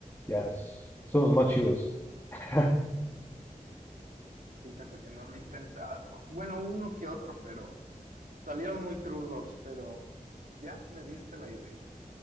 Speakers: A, on the left; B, on the right.
A: Ya es- son los más chidos. <laughs>
B: Fíjate que no lo he intentado. Bueno, uno que otro, pero salieron muy crudos, pero ya me diste la idea.